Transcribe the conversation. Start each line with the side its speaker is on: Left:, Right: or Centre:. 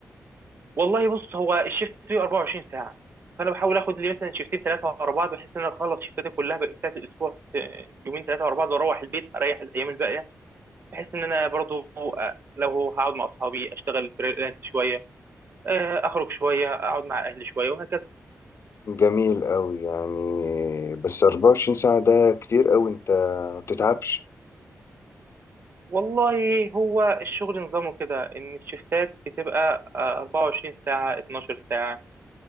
Right: والله بص هو الشيفت فيه 24 ساعه فانا بحاول اخد لي مثلا شيفتين ثلاثه ورا بعض بحيث ان انا اخلص شيفتاتي كلها بتاعت الاسبوع في يومين ثلاثه ورا بعض واروح البيت اريح الايام الباقيه بحيث ان انا برضو آه، لو هقعد مع اصحابي اشتغل فريلانس شويه آه، اخرج شويه اقعد مع اهلي شويه وهكذا
Left: جميل قوي يعني بس 24 ساعة ده كتير قوي انت ما بتتعبش
Right: والله هو الشغل نظامه كده ان الشيفتات بتبقى آه، 24 ساعه 12 ساعه